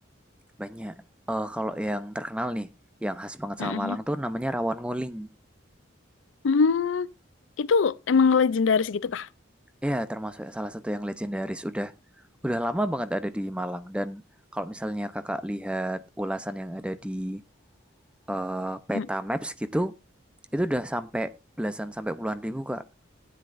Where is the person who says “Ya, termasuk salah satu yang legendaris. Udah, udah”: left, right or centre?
Centre